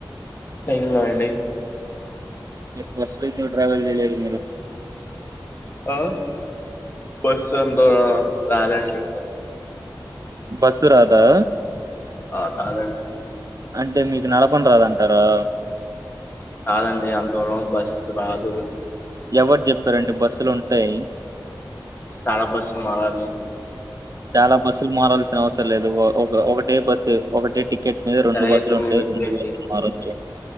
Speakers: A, on the left; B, on the right.
A: టైన్ లో అండి
B: బస్సు ట్రావల్ చేలేరు
A: ఆ బస్ ఎంత రాలేండి
B: బసురాదా
A: అ అద
B: అంటే మీకు నడపం రాదంటారా
A: కాదండి అంతూరం బస్సు రాదు
B: ఎవరు చెప్పారండి బస్సులు ఉంటాయి
A: శాల బస్ మలానే
B: చాలా బస్సులు మారాల్సిన అవసరం లేదు ఒక ఒకటే బస్సు ఒకటేటి టికెట్ మీద రెండు
A: సరే
B: బస్లుంటాయి
A: అయితే మీరు వచ్చేయండి
B: రెండు బస్సులు మారొచ్చు